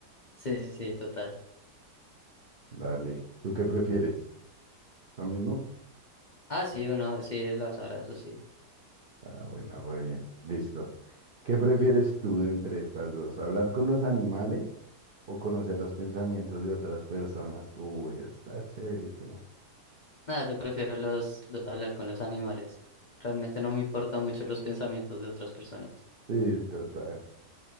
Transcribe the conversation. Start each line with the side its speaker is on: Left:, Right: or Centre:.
Left: Sí, sí, sí, total.
Right: Dale. ¿Tú qué prefieres? ¿Lo mismo?
Left: Ah, sí, uno, sí, los abrazos, sí.
Right: Ah, bueno, re bien. Listo. ¿Qué prefieres tú de entre estas dos? ¿Hablar con los animales o conocer los pensamientos de otras personas? Uy, está chéverísima.
Left: Nada, yo prefiero los, lo- hablar con los animales. Realmente no me importan mucho los pensamientos de otras personas.
Right: Sí, total.